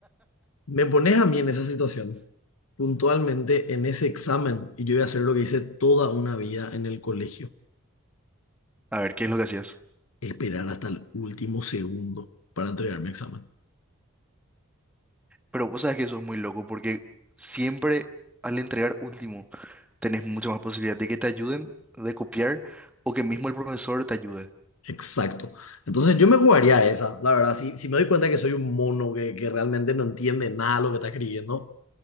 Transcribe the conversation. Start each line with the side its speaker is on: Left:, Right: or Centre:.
Left: Me pones a mí en esa situación, puntualmente en ese examen, y yo voy a hacer lo que hice toda una vida en el colegio,
Centre: A ver, ¿qué es lo que hacías?
Left: esperar hasta el último segundo para entregar mi examen.
Centre: Pero vos sabes que eso es muy loco porque siempre al entregar último tenés mucha más posibilidad de que te ayuden, de copiar o que mismo el profesor te ayude.
Left: Exacto. Entonces yo me jugaría a esa, la verdad. Si, si me doy cuenta que soy un mono que, que realmente no entiende nada de lo que está escribiendo.